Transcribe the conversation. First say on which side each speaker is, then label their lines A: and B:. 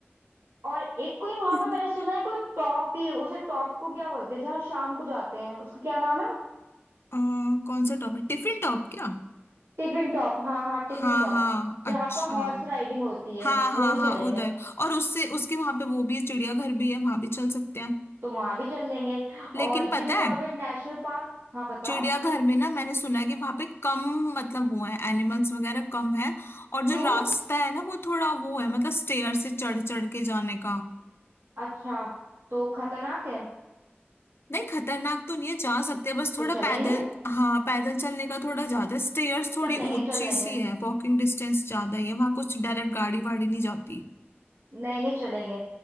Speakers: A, on the right (about 75°); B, on the left (about 70°).
A: और एक कोई वहां
B: <laughs>
A: पर मैंने सुना है कोई टॉप भी है उसे टॉप को क्या बोलते हैं जहाँ शाम को जाते हैं उसका क्या नाम है
B: अ, कौन सा टॉप है टिफिन टॉप क्या
A: टिफिन टॉप हाँ हाँ टिफिन
B: हाँ
A: टॉप
B: हाँ
A: जहाँ
B: अच्छा
A: पर हॉर्स राइडिंग होती है
B: हाँ
A: वो
B: हाँ
A: भी
B: हाँ
A: चलेंगे
B: उधर और उससे उसके वहां पे वो भी है चिड़ियाघर भी है वहां भी चल सकते हैं
A: तो वहां भी चल लेंगे
B: लेकिन
A: और
B: पता
A: जिम कॉर्बेट
B: है
A: नेशनल पार्क हाँ बताओ
B: चिड़ियाघर में ना मैंने सुना है कि वहां पे कम मतलब वो है एनिमल्स वगैरह कम है और
A: क्यों
B: जो रास्ता है ना वो थोड़ा वो है मतलब स्टेयर से चढ़ चढ़ के जाने का
A: अच्छा तो खतरनाक है
B: नहीं खतरनाक तो नहीं है जा सकते हैं बस थोड़ा
A: तो चलेंगे
B: पैदल हाँ पैदल चलने का थोड़ा ज्यादा है स्टेयर्स थोड़ी
A: चल लेंगे
B: ऊंची
A: चल लेंगे
B: सी है वॉकिंग डिस्टेंस ज्यादा ही है वहां कुछ डायरेक्ट गाड़ी वाड़ी नहीं जाती
A: नहीं नहीं चलेंगे